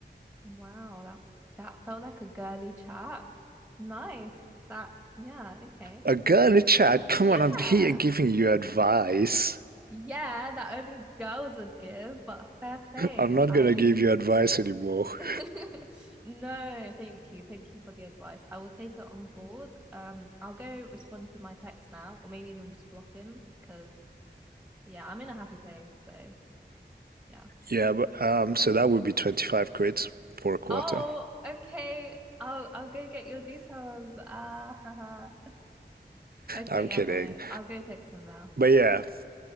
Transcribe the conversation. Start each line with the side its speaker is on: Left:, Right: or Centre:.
Centre: Wow, that that felt like a girly chat. Nice. That yeah, okay.
Right: A girl in the chat, come
Centre: Yeah.
Right: on, I'm here giving you advice.
Centre: Yeah, that only girls would give, but fair play.
Right: I'm not
Centre: I
Right: gonna give you advice anymore. <laughs>
Centre: <laughs> No, thank you. Thank you for the advice. I will take it on board. Um, I'll go respond to my text now, or maybe even just block him because yeah, I'm in a happy place. So yeah.
Right: Yeah, but um, so that would be 25 quid for a quarter.
Centre: Oh, okay. I'll I'll go get your details. Ah, <laughs> haha. Okay,
Right: I'm
Centre: yeah,
Right: kidding.
Centre: no. I'll go text him now.
Right: But yeah,